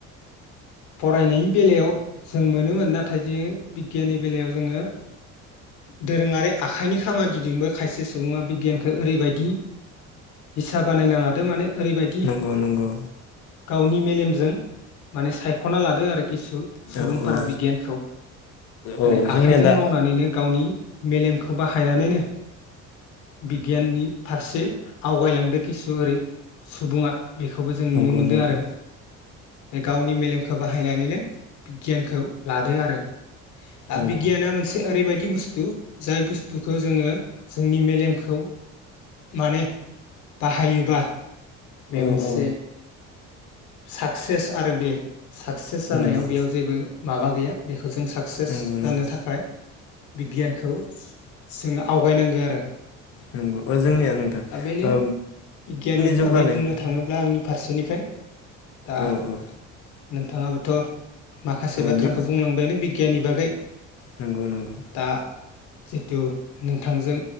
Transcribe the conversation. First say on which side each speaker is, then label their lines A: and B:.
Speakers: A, on the left (about 75°); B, on the left (about 50°).
A: फरायनायनि बेलायाव जों मोनोमोन नाथाय जों बिगियाननि बेलायाव जोंङो दोरोङारि आखाइनि खामानि दिदोंबो खायसे सुबुङा बिगियानखौ ओरैबायदि हिस्सा बानायना लादो माने ओरैबायदि
B: नंगौ नंगौ
A: गावनि मेलेमजों माने सायख'ना लादो आरो खिसु सुबुंफोरा
B: औ औ
A: बिगियानखौ माने
B: औ जोंनिया
A: आखाइजों
B: दा
A: मावनानैनो गावनि मेलेमखौ बाहायनानैनो बिगियाननि फारसे आवगायलांदों खिसु ओरै सुबुङा बेखौबो जों नुनो
B: नंगौ
A: मोनदों
B: नंगौ
A: आरो। जे गावनि मेलेमखौ बाहायनानैनो गियानखौ लादों आरो। आब
B: नंगौ
A: बिगियाना मोनसे ओरैबायदि बुस्थु जाय बुस्थुखौ जोङो जोंनि मेलेमखौ माने बाहायोबा बे
B: औ
A: मोनसे
B: औ
A: साक्सेस आरो बे साक्सेस जानायाव
B: नंगौ
A: बेयाव जेबो माबा गैया बेखौ जों सा साक्सेस
B: नंगौ नंगौ
A: जानो थाखाय बिगियानखौ जों आवगायनांगो आरो।
B: नंगौ ओ जोंनिया नोंथां
A: दा बेनो
B: ओ
A: बिगियाननि
B: जौगानाय
A: बागै बुंनो
B: औ
A: थाङोब्ला आंनि फारसेनिफ्राय दा
B: औ
A: नोंथाङाबोथ' माखासे
B: औ
A: बाथ्राखौ
B: बि
A: बुंलांबायानो बिगियाननि बागै।
B: नोंगौ नोंगौ
A: दा जिथु नोंथांजों